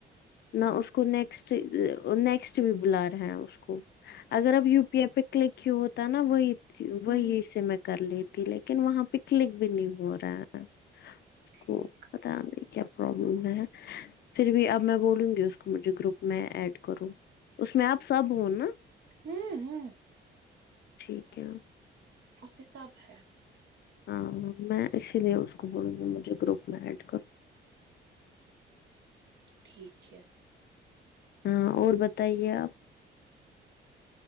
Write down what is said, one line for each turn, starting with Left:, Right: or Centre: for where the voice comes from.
Left: نہ اس کو نیکسٹ نیکسٹ بھی بلا رہے ہیں اس کو اگر آپ و پی آئی پہ کلک ہی ہوتا ہے نا وہی
Right: ہوں
Left: وہی سے میں کر لیتی لیکن وہاں پے کلک بھی نہیں ہو رہا ہے
Right: ٹھیک
Left: کو پتا نہیں کیا پرابلم ہے پھر بھی اب میں بولوں گی اس کو مجھے گروپ میں ایڈ کروں اس میں آپ سب ہو نا
Right: ھمم ھمم
Left: ٹھیک ہے
Right: اس پے سب ہے
Left: ہاں میں اسی لیے اس کو بولوں گی مجھے گروپ میں ایڈ کر
Right: ٹھیک ہے
Left: ہاں اور بتائیے آپ